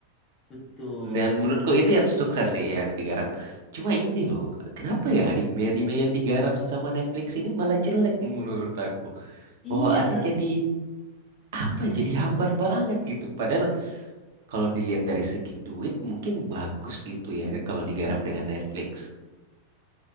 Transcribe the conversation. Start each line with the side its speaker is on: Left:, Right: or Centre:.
Left: betul.
Right: dan menurutku itu yang sukses sih yang digarap cuma ini loh kenapa ya anime-anime yang digarap sama Netflix ini malah jelek menurut aku
Left: Iya,
Right: bawaannya jadi apa
Left: aneh
Right: ya, jadi
Left: gitu.
Right: hambar banget gitu padahal kalau dilihat dari segi duit mungkin bagus gitu ya kalau digarap dengan Netflix